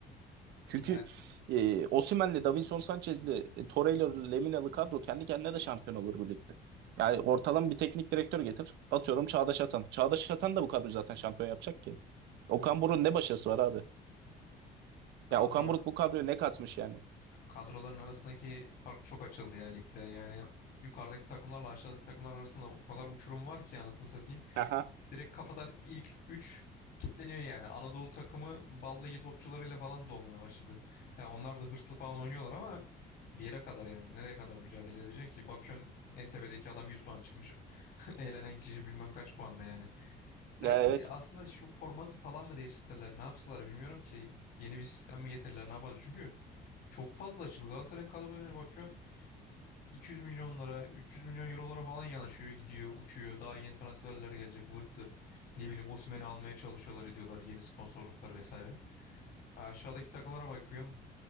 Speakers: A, on the right; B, on the left.
A: Çünkü
B: Yani
A: e, Osimhen'le, Davinson Sanchez'li, e, Torreira'lı, Lemina'lı kadro kendi kendine de şampiyon olur bu ligde. Yani ortalama bir teknik direktör getir. Atıyorum Çağdaş Atan. Çağdaş Atan da bu kadroyu zaten şampiyon yapacak ki. Okan Buruk'un ne başarısı var abi?
B: kadro
A: Ya Okan Buruk bu kadroya ne katmış yani?
B: kadroların arasındaki fark çok açıldı ya ligde. Yani yukarıdaki takımlarla aşağıdaki takımlar arasında o kadar uçurum var ki anasını satayım.
A: Aha.
B: Direkt kafadan ilk 3 kitleniyor yani. Anadolu takımı balligi topçularıyla falan dolmaya başladı. Ha, onlar da hırslı falan oynuyorlar ama bir yere kadar yani. Nereye kadar mücadele edebileceksin ki? Bakıyorsun en adam 100 puan çıkmış. <laughs> Eğlenen kişi bilmem kaç puanda yani.
A: Ya,
B: Belki
A: evet.
B: aslında şu formatı falan mı değiştirseler ne yapsalar bilmiyorum ki. Yeni bir sistem mi getirirler ne yaparlar. Çünkü çok fazla açıldı. Galatasaray'ın kadrolarına bakıyorsun. 200 milyonlara, 300 milyon eurolara falan yanaşıyor, gidiyor, uçuyor. Daha yeni transferler gelecek, vırt zırt. Ne bileyim Osimhen'i almaya çalışıyorlar ediyorlar, yeni sponsorluklar vesaire. Ha, Aşağıdaki takımlara bakıyorum.